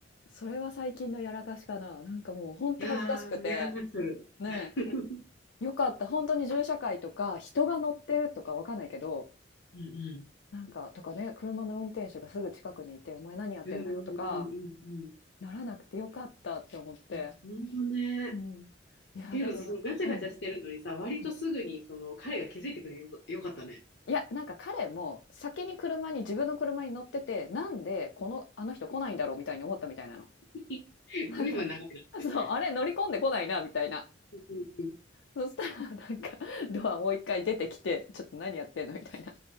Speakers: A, on the left (about 85°); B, on the left (about 65°).
A: う。それは最近のやらかしかな。なんかもう、本当恥ずかしくて。
B: やー、やらかする。
A: ね
B: <laughs> うん
A: え。良かった。本当に銃社会とか、人が乗ってるとかわかんないけど、
B: うん。
A: なんかとかね車の運転手がすぐ近くにいて「お前何やってんだよ」とか
B: うんうんうんうん
A: ならなくてよかったって思って。
B: うん。本当ね。っ
A: うん。いや、
B: ていうのと、
A: でもなんかうん、
B: そのガチャガチャしてるのにさ、割とすぐにその彼が気づいてくれよ、
A: うん。
B: よかったね。
A: いや、なんか彼も先に車に自分の車に乗ってて、なんでこのあの人来ないんだろうみたいに思ったみたいなの。
B: <laughs> ずいぶん長いなって。
A: なんか、そう、あれ乗り込んでこないなみたいな。
B: うんうん
A: そしたらなんかドアもう一回出てきて、ちょっと何やってんのみたいな。